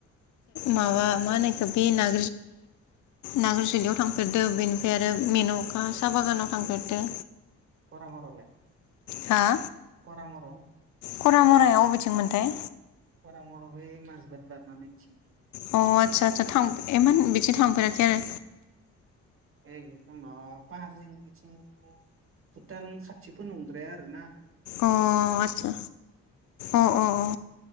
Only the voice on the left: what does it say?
माबा
मानायखो बे न नागारजुलियाव थांफेरदो बेनिफ्राय आरो मेन'क साहा बागानाव थांफेरदो
हा।
खरा मरायाव अबेथिंमोनथाय।
अ आतसा आतसा थ इ बिदिनो। थांफेराखै आरो
अ आदसा अ अ अ।